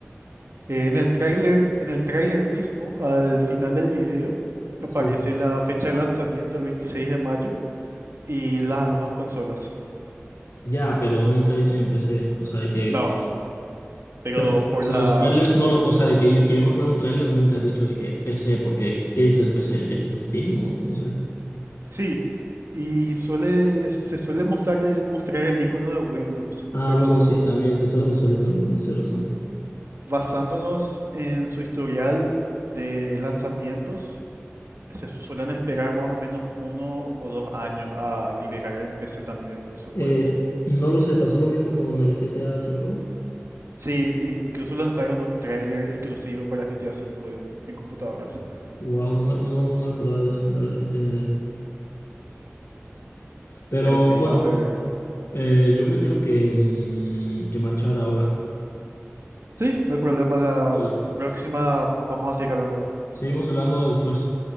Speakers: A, on the right; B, on the left.
A: Eh, en el tráiler, en el tráiler mismo, al final del video, aparece
B: Sí.
A: la fecha de lanzamiento el 26 de mayo y las dos consolas.
B: Ya, pero nunca dice en PC, o sea, de que
A: No, pero
B: pero,
A: por
B: o sea,
A: la...
B: los trailers no lo, o sea, de que yo, que yo me acuerdo de un trailer nunca ha dicho de que PC, porque ¿qué dices PC? ¿Dices Steam o no sé?
A: Sí, y suele, se suele mostrar el, mostrar el icono de Windows,
B: Ah,
A: pero
B: bueno, sí, también se suele mostrar con el no sé razón.
A: basándonos en su historial de lanzamientos, se suelen esperar más o menos uno o dos años a liberar en PC también sus juegos.
B: Eh, no lo sé, pasó lo mismo con el GTA cinco.
A: Sí, e incluso lanzaron un tráiler exclusivo para GTA V en, en computadoras.
B: Wow, no me, no me acordaba de eso, la verdad es que no tenía idea. Pero
A: Pero sí,
B: bueno,
A: va a ser...
B: eh, yo me tengo que, mm, que marchar ahora.
A: Sí, no hay problema. La
B: Dale.
A: próxima vamos a seguir hablando. de esto.
B: Seguimos hablando después.